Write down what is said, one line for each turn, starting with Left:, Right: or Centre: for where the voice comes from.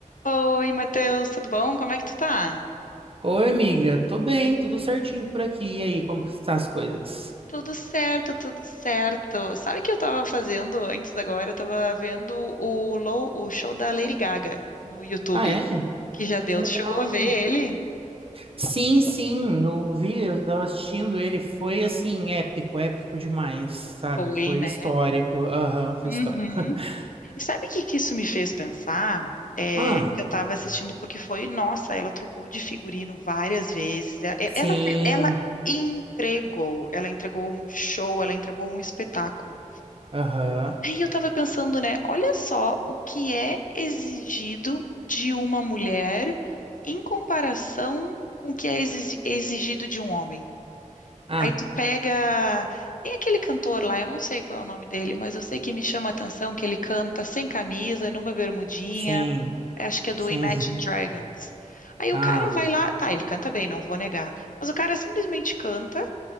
Left: Oi, Matheus, tudo bom? Como é que tu tá?
Right: Oi, amiga. Tô bem, tudo certinho por aqui. E aí, como que estão as coisas?
Left: Tudo certo, tudo certo. Sabe o que eu tava fazendo antes agora? Eu tava vendo o, Low- o show da Lady Gaga no YouTube,
Right: Ah, é?
Left: que já deu.
Right: Que legal.
Left: Tu chegou a ver ele?
Right: Sim, sim, eu vi, eu tava assistindo ele. Foi assim, épico, épico demais, sabe?
Left: Foi,
Right: Foi
Left: né?
Right: histórico. Aham, foi
Left: Uhum.
Right: histórico. <laughs>
Left: E sabe o que que isso me fez pensar? É,
Right: Ah,
Left: que eu tava assistindo porque foi, nossa, ela trocou de figurino várias vezes. E-
Right: sim.
Left: Ela, fe- ela entregou, ela entregou um show, ela entregou um espetáculo.
Right: Aham.
Left: Aí eu tava pensando, né? Olha só o que é exigido de uma mulher em comparação com o que é exi- exigido de um homem.
Right: Ah,
Left: Aí tu pega. Tem aquele cantor lá, eu não sei qual é o nome dele, mas eu sei que me chama a atenção que ele canta sem camisa, numa bermudinha.
Right: sim.
Left: é, Acho que é do
Right: Sim.
Left: Imagine Dragons. Aí
Right: Ah,
Left: o cara vai lá, tá, ele canta bem, não vou negar. Mas o cara simplesmente canta